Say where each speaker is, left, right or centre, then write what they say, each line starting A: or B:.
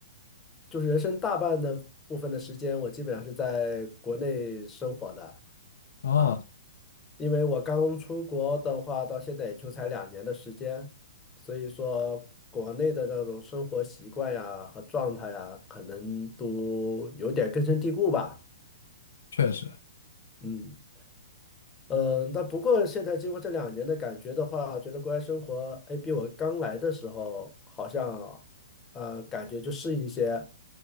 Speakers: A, on the left; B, on the left.
A: 就是人生大半的部分的时间，我基本上是在国内生活的
B: 哦，
A: 啊。因为我刚出国的话，到现在也就才两年的时间，所以说国内的那种生活习惯呀和状态呀，可能都有点根深蒂固吧。
B: 确实，
A: 嗯。嗯，那不过现在经过这两年的感觉的话，觉得国外生活，哎，比我刚来的时候好像，呃，感觉就适应一些。